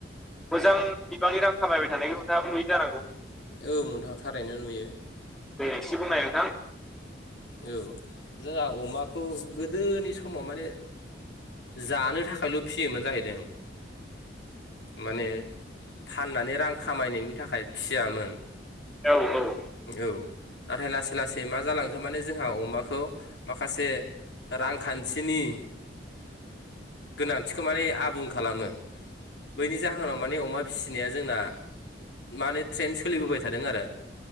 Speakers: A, in the centre; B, on the left.
A: मोजां बिबांनि रां खामायबाय थानायखौ नोथाङाबो नुयि जानांगौ
B: औ नोंथाङा थारैनो नुयो
A: दे एसे बुंनाय नोंथां
B: औ जोंहा अमाखौ गोदोनि समाव माने जानो थाखायल' फियोमोन जाहैदों माने फाननानै रां खामायनायनि थाखाय फियामोन
A: औ औ
B: औ नाथाय लासै लासै मा जालांखो माने जोंहा अमाखौ माखासे रांखान्थिनि गोनांथिखौ माने आबुं खालामो बैनि जाहोनाव माने अमा फिसिनाया जोंना माने ट्रेेन सोलिबोबाय थादों आरो